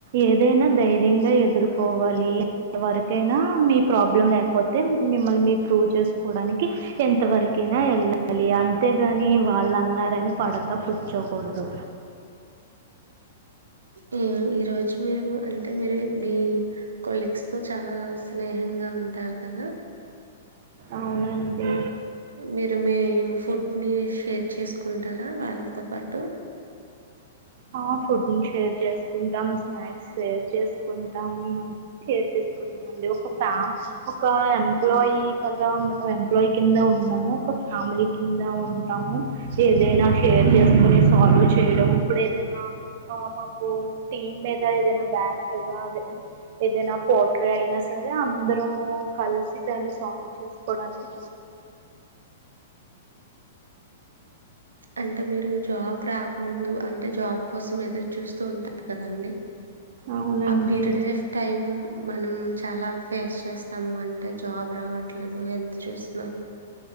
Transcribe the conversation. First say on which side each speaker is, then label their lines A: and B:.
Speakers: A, on the right; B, on the right.
A: ఏదైనా ధైర్యంగా ఎదుర్కోవాలి. ఎంతవరకైనా మీ ప్రాబ్లం లేకపోతే మిమ్మల్ని మీ ప్రూవ్ చేస్కోవడానికి ఎంతవరకైనా వెళ్ళాలి. అన్ అంతే గాని వాళ్ళు అన్నారని పడక కూర్చోకూడదు.
B: హ్మ్ ఈ రోజు మీరు అంటే మీరు మీ కొలీగ్స్ తో చాలా స్నేహంగా ఉంటారు కదా
A: ఔనండి
B: మీరు మీ ఫుడ్ ని షేర్ చేస్కుంటారా వాళ్ళతో పాటు
A: హ ఫుడ్ని షేర్ చేసుకుంటాం. స్నాక్స్ షేర్ చేసుకుంటాం. షేర్ చేసుకుంటమండి. ఒక ఫ్యా ఒక ఎంప్లాయీ కదా ఎంప్లాయీ కింద ఉండము ఒక ఫ్యామిలీ కింద ఉంటాము. ఏదైనా షేర్ చేసుకొని సాల్వ్ చేయడం ఇప్పుడు ఏదైనా మాకు టీమ్ మీద ఏదైనా బ్యాడ్గా అదే ఏదైనా పోట్రే అయినా సరే అందరము కలిసి దాన్ని సాల్వ్ చేసుకోడానికి
B: అంటే మీరు జాబ్ రా ముందు అంటే జాబ్ కోసం ఎదురు చూస్తూ ఉంటారు కదండి
A: అవునండి
B: ఆ పీరిడ్ ఆఫ్ టైమ్ మనం చాలా ఫేస్ చేస్తాము అంటే జాబ్ రావట్లేదు ఎంత చూసినా